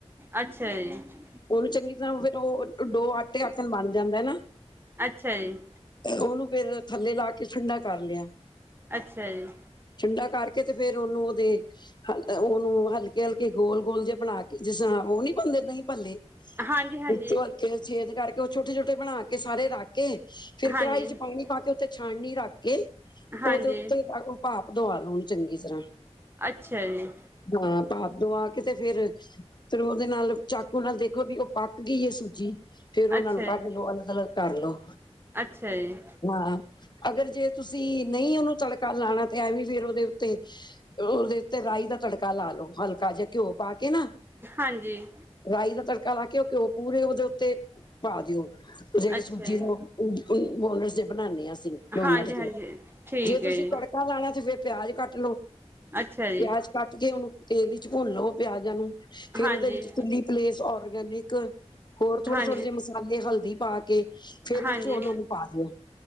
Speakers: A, on the right (about 20°); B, on the left (about 40°).
A: ਅੱਛਾ ਜੀ
B: ਉਹ ਵੀ ਚੰਗੀ ਤਰ੍ਹਾਂ ਹੋਵੇ ਤਾਂ ਫਿਰ ਉਹ ਦੋ ਆਟੇ ਆਕਣ ਬਣ ਜਾਂਦੇ ਨਾ
A: ਅੱਛਾ ਜੀ।
B: ਉਹਨੂੰ ਫਿਰ ਥੱਲੇ ਲਾ ਕੇ ਠੰਡਾ ਕਰ ਲਿਆ।
A: ਅੱਛਾ ਜੀ।
B: ਠੰਡਾ ਕਰਕੇ ਤੇ ਫੇਰ ਉਹਨੂੰ ਉਹਦੇ ਹ ਉਹਨੂੰ ਹਲਕੇ- ਹਲਕੇ ਗੋਲ- ਗੋਲ ਜਿਹੇ ਬਣਾ ਕੇ ਜਿਸ ਤਰ੍ਹਾਂ ਉਹ ਨੀ ਬਣਦੇ ਦਹੀਂ, ਭੱਲੇ
A: ਹਾਂਜੀ ਹਾਂਜੀ
B: ਵਿੱਚੋਂ ਹਲਕੇ ਛੇਦ ਕਰਕੇ ਉਹ ਛੋਟੇ- ਛੋਟੇ ਬਣਾ ਕੇ ਕੇ ਸਾਰੇ ਰੱਖ ਕੇ ਫਿਰ
A: ਹਾਂਜੀ
B: ਕੜਾਹੀ 'ਚ' ਪਾਣੀ ਪਾ ਕੇ ਉੱਤੇ ਛਾਨਣੀ ਰੱਖ ਕੇ
A: ਹਾਂਜੀ
B: ਉਹਦੇ ਉੱਤੇ ਭਾਫ ਦਵਾ ਲਓ ਉਹਨੂੰ ਚੰਗੀ ਤਰ੍ਹਾਂ
A: ਅੱਛਾ ਜੀ।
B: ਹਾਂ ਭਾਫ ਦਵਾ ਕੇ ਤੇ ਫੇਰ ਫਿਰ ਉਹਦੇ ਨਾਲ ਚਾਕੂ ਨਾਲ ਦੇਖੋ ਵੀ ਉਹ ਪੱਕ ਗਈ ਏ ਸੂਜੀ? ਫੇਰ ਉਹਨਾਂ
A: ਅੱਛਾ
B: ਨੂੰ
A: ਜੀ,
B: ਕੱਢ ਲਓ ਅਲੱਗ -ਅਲੱਗ ਕਰ ਲੋ।
A: ਅੱਛਾ ਜੀ।
B: ਹਾਂ, ਅਗਰ ਜੇ ਤੁਸੀਂ ਨਹੀਂ ਉਹਨੂੰ ਤੜਕਾ ਲਾਣਾ ਤੇ ਐਂਵੀ ਫੇਰ ਉਹਦੇ ਉੱਤੇ ਉਹਦੇ ਉੱਤੇ ਰਾਈ ਦਾ ਤੜਕਾ ਲਾ ਲਓ ਹਲਕਾ ਜਿਆ ਘਿਓ ਪਾ ਕੇ ਨਾ
A: ਹਾਂਜੀ।
B: ਰਾਈ ਦਾ ਤੜਕਾ ਲਾ ਕੇ ਉਹ ਘਿਓ ਪੂਰੇ ਉਹਦੇ ਉੱਤੇ ਪਾ ਦਿਓ ਜਿਹੜੇ
A: ਅੱਛਾ
B: ਸੂਜੀ
A: ਜੀ।
B: ਦੇ ਉਹ ਡੋਨਰਸ ਜੇ ਬਣਾਨੇ ਆਂ ਅਸੀਂ। ਡੋਨਟਸ
A: ਹਾਂਜੀ, ਹਾਂਜੀ
B: ਨੇ
A: ਠੀਕ
B: ਜੇ ਤੁਸੀਂ
A: ਹੈ ਜੀ,
B: ਤੜਕਾ ਲਾਣਾ ਤੇ ਫਿਰ ਪਿਆਜ਼ ਕੱਟ ਲੋੋ।
A: ਅੱਛਾ ਜੀ,
B: ਪਿਆਜ ਕੱਟ ਕੇ ਉਹਨੂੰ ਤੇਲ ਵਿੱਚ ਭੁੰਨ ਲਓ ਪਿਆਜਾਂ ਨੂੰ ਫੇਰ
A: ਹਾਂਜੀ,
B: ਉਹਦੇ ਵਿੱਚ ਚ ਪਲੇਸ ਔਰਗੈਨਿਕ ਹੋਰ ਥੋੜੇ-
A: ਹਾਂਜੀ।
B: ਥੋੜੇ ਜਿਹੇ ਮਸਾ ਲੇ ਹਲਦੀ ਪਾ ਕੇ ਫੇਰ
A: ਹਾਂਜੀ,
B: ਵਿੱਚ ਉਹਨਾਂ ਨੂੰ ਪਾ ਦਿਓ।